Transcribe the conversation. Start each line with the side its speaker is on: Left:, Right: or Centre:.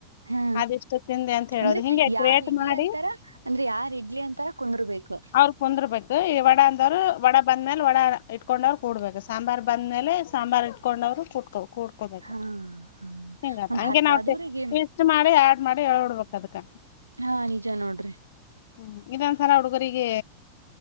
Right: ಹಾ
Left: ಆದಷ್ಟ ತಿಂದೆ ಅಂತ ಹೇಳದು
Right: ಅಂದ್ರೆ
Left: ಹಿಂಗೆ
Right: ಯಾರ್
Left: ಕ್ರೇಟ್
Right: ಇಡ್ಲಿ
Left: ಮಾಡಿ
Right: ಅಂತಾರ ಅಂದ್ರೆ ಯಾರ್ ಇಡ್ಲಿ ಅಂತಾರ ಕುಂದರ್ಬೇಕು
Left: ಅವ್ರ ಕುಂದರ್ಬೇಕು ಈ ವಡ ಅಂದವರು ವಡ ಬಂದ ಮೇಲೆ ಒಡ ಇಟ್ಕೊಂಡ್ವ್ರು ಕುೂಡ್ಬೇಕು ಸಾಂಬಾರ್ ಬಂದ್ಮೇಲೆ ಸಾಂಬಾರಾರ್ ಇಟ್ಕೊಂಡ್ವ್ರು ಕು ಕೂಡ್ಕೋಬೇಕ
Right: ಹಾ ಹಾ
Left: ಹಂಗ
Right: ಒಂದ್
Left: ಹಗೆ
Right: ಹತ್ತಾದೂರಿಗೆ
Left: ನಷ್ಟ ಮಾಡಿ ನಡೆ ಹಳ್ಡ್ಬೇಕ ಅದಕ್ಕ
Right: ಹಾ ನಿಜ ನೋಡ್ರಿ
Left: ಹ್ಮ್ ಇದೊಂದಸಲ ಹುಡುಗರಿಗೆ